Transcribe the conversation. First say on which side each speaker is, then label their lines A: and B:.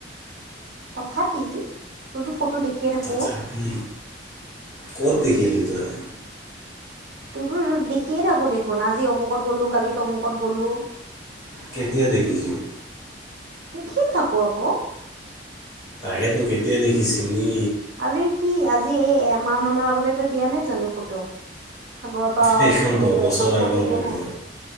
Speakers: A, on the right (about 65°); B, on the left (about 20°).
A: তথাপি তই টো ফটো দেখিয়ে থাকো।
B: তথাপি ক'ত দেখিলি ত‌ই?
A: তোৰটো দেখিয়ে থাকো দেখোন, আজি অমুকত গ'লো, কালিত অমুকত গ'লো।
B: কেতিয়া দেখিছ?
A: দেখিয়ে থাকো, আকৌ।
B: সেয়েতো কেতিয়া দেখিছিল? দী
A: আৰে কি আজি, এই এমাহ মানৰ আগতে তই দিয়া নাই জানো ফটো। সাগৰৰ পাৰত
B: সেইখন
A: এনেকে
B: দহ বছৰ
A: এখন
B: আগৰ
A: দিয়া
B: ফটো,
A: নাই